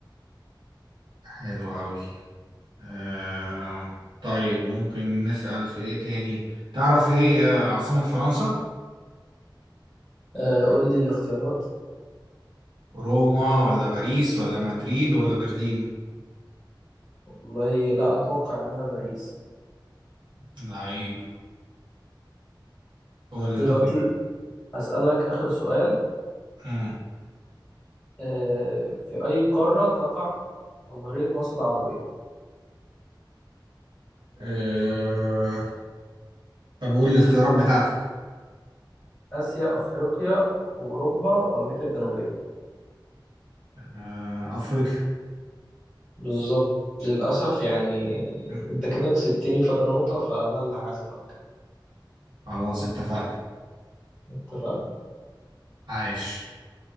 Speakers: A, on the right; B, on the left.
A: حلو أوي آه طيب ممكن نسأل في إيه تاني؟ تعرف إيه آه، عاصمة فرنسا؟
B: آه قول لي الاختيارات
A: روما ولا باريس ولا مدريد ولا برلين؟
B: والله لا أتوقع إنها باريس
A: لعيب قول لي
B: دلوقتي
A: طيب
B: أسألك آخر سؤال
A: مم.
B: آه، في أي قارة تقع جمهورية مصر العربية؟
A: آه طب قول لي الاختيارات بتاعتك
B: آسيا أفريقيا أوروبا وأمريكا الجنوبية
A: آه أفريقيا
B: بالظبط للأسف يعني
A: مم.
B: أنت كده كسبتني فرق نقطة فأنا اللي هعزمك
A: خلاص اتفقنا
B: اتفقنا
A: عايش